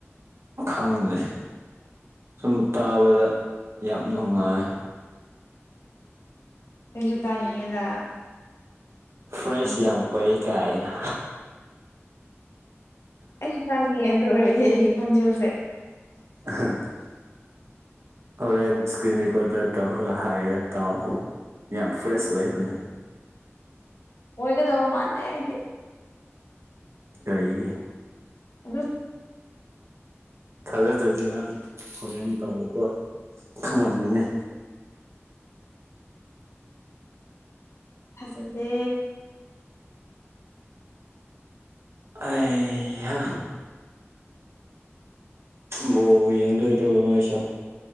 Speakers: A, on the right (about 65°); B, on the left (about 70°).
A: ꯈꯪꯗꯦ ꯁꯨꯝ ꯇꯥꯕꯗ ꯌꯥꯝ ꯅꯨꯡꯉꯥꯏ
B: ꯀꯩꯁꯨ ꯇꯥꯅꯤꯡꯉꯦꯗ
A: ꯐ꯭ꯔꯦꯁ
B: ꯑꯩ
A: ꯌꯥꯝ ꯑꯣꯏ ꯀꯥꯏ ꯑꯩꯅ
B: ꯑꯩꯁꯨ ꯆꯥꯅꯤꯡꯉꯦꯗ ꯑꯣꯏꯔꯦꯗꯤ ꯑꯩꯒꯤ ꯈꯣꯟꯖꯦꯜꯁꯦ
A: <unintelligible> ꯍꯣꯔꯦꯟ ꯏꯁꯀ꯭ꯔꯤꯟ ꯔꯦꯀꯣꯔꯗꯔ ꯇꯧꯔꯒ ꯍꯥꯏꯔꯒ ꯇꯥꯎ ꯌꯥꯝ ꯐ꯭ꯔꯦꯁ ꯑꯣꯏꯕꯅꯦ
B: ꯑꯣꯏꯒꯗꯕ ꯃꯥꯟꯗꯦ ꯍꯥꯏꯗꯤ
A: ꯀꯩꯏꯒꯤ
B: ꯑꯗꯨꯝ
A: ꯊꯥꯖꯗ꯭ꯔꯗꯤ ꯅꯪ ꯍꯣꯔꯦꯟ ꯇꯧꯀꯣ ꯈꯪꯉꯝꯒꯅꯤ
B: ꯊꯖꯗꯦ
A: ꯑꯩꯍꯥ ꯕ ꯌꯦꯡꯗꯣꯏꯗ꯭ꯔꯣ ꯅꯣ ꯑꯩꯁꯨ